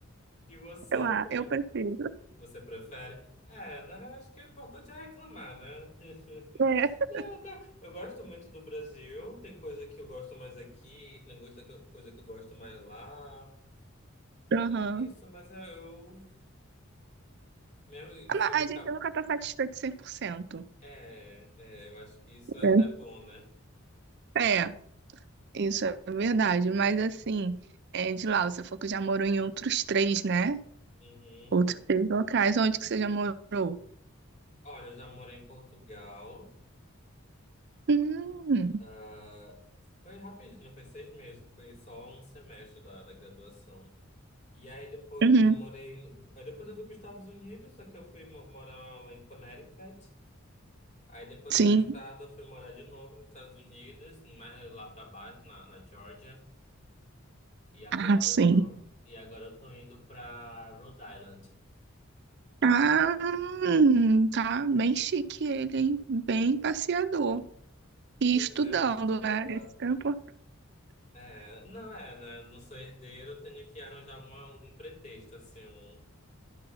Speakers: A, on the left; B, on the right.
A: E você,
B: Eu, ah,
A: como
B: eu prefiro.
A: Você prefere? É, né, acho que o importante é reclamar, né? <laughs>
B: É.
A: Não, eu go- eu gosto muito do Brasil. Tem coisa que eu gosto mais aqui, tem coisa que eu, coisa que eu gosto mais lá.
B: Aham.
A: E é isso, mas eu, eu- mesmo
B: Ah,
A: se
B: mas
A: eu
B: A
A: ficar.
B: gente nunca tá satisfeito 100%.
A: É, é, eu acho que isso é
B: É,
A: até bom, né?
B: É, isso é verdade. Mas assim, é, de lá, você falou que já morou em outros três, né?
A: Uhum.
B: Outros três locais. Onde que você já morou?
A: Olha, eu já morei em Portugal.
B: Hum,
A: Ah, foi rapidinho, foi seis meses, foi só um semestre da, da graduação. E aí depois
B: uhum,
A: eu morei. no- Aí depois eu fui para os Estados Unidos, só que eu fui mo- morar lá em Connecticut. Aí depois
B: sim.
A: do mestrado eu fui morar de novo nos Estados Unidos, mais lá para baixo, na, na Georgia. E agora
B: Ah, sim.
A: eu tô, e agora eu tô indo para Rhode Island.
B: Ah, hum, tá bem chique ele, hein? Bem passeador. E
A: Tô
B: estudando,
A: dizendo que eu sou rodado.
B: né? Esse tempo.
A: É, não é, né? Não sou herdeiro, eu tenho que arranjar alguma, algum pretexto, assim, um-